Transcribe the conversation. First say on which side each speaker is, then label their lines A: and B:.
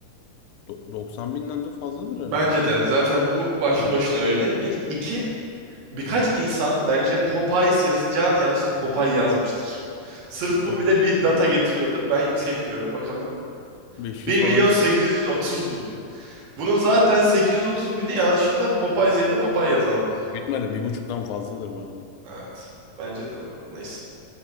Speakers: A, on the left; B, on the right.
A: do- 90 binden de fazladır
B: Bence
A: herhalde. ya.
B: de. Zaten bu başlı başına öyle. Bir, iki. Birkaç insan bence Popeyes yazacağını yanlış da Popeye yazmıştır. Sırf
A: Çok
B: bu bile
A: var.
B: bir data getiriyordur. Ben yüksek diyorum. Bakalım
A: 500
B: bir milyon
A: falan
B: sekiz
A: <laughs>
B: yüz otuz bin. Bunun zaten 830 bini yanlışlıkla Popeyes yerine Popeye yazanlar.
A: büyük ihtimalle bir buçuktan fazladır bu arada.
B: Evet. Bence de bu arada. Neyse.